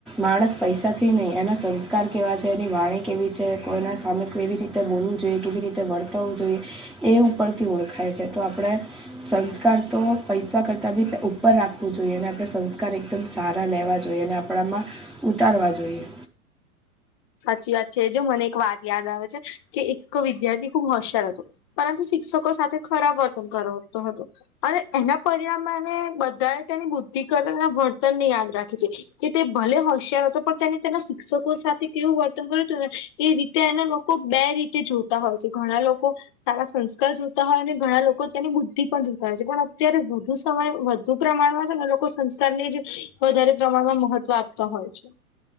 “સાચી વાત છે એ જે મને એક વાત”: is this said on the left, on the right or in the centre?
Left